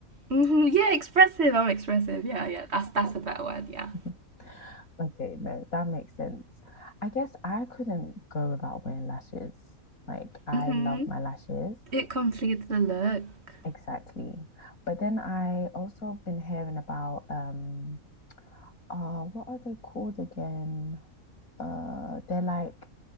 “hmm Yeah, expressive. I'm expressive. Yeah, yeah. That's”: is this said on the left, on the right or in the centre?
Right